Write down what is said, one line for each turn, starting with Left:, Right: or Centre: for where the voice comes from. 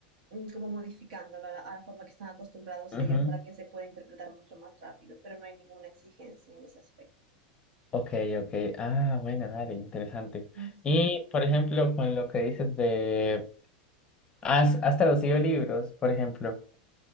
Right: como modificándolo a la, a la forma que están acostumbrados
Left: ujú.
Right: ellos para que se pueda interpretar mucho más rápido, pero no hay ninguna exigencia en ese aspecto.
Left: Ok, ok. Ah, bueno, dale, interesante.
Right: Ujú.
Left: Y, por ejemplo, con lo que dices de... ¿Has, has traducido libros, por ejemplo?